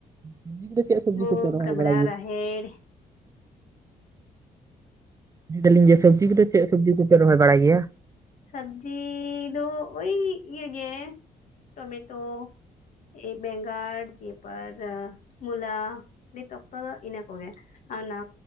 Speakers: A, on the right; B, on the left.
A: ᱥᱚᱵᱽᱡᱤ ᱠᱚᱫᱚ ᱪᱮᱫ ᱥᱚᱵᱽᱡᱤ
B: ᱢᱩᱜ
A: ᱠᱚᱯᱮ ᱨᱚᱦᱚᱭ
B: ᱨᱟᱢᱲᱟ
A: ᱵᱟᱲᱟᱭ ᱜᱮᱭᱟ
B: ᱨᱟᱦᱮᱲ᱾
A: ᱞᱟᱹᱭ ᱫᱟᱹᱞᱤᱧ ᱡᱮ ᱥᱚᱵᱽᱡᱤ ᱠᱚᱫᱚ, ᱪᱮᱫ ᱥᱚᱵᱽᱡᱤ ᱠᱚᱯᱮ ᱨᱚᱦᱚᱭ ᱵᱟᱲᱟᱭ ᱜᱮᱭᱟ?
B: ᱥᱚᱵᱽᱡᱤ ᱫᱚ ᱳᱭ ᱤᱭᱟᱹ ᱜᱮ ᱴᱚᱢᱮ ᱴᱳ ᱮᱭ ᱵᱮᱸᱜᱟᱲ ᱫᱤ ᱯᱟᱨ ᱢᱩᱞᱟ ᱱᱤᱛ ᱚᱠᱛᱚ ᱫᱚ ᱤᱱᱟᱹ ᱠᱚᱜᱮ᱾ ᱟᱨ ᱚᱱᱟ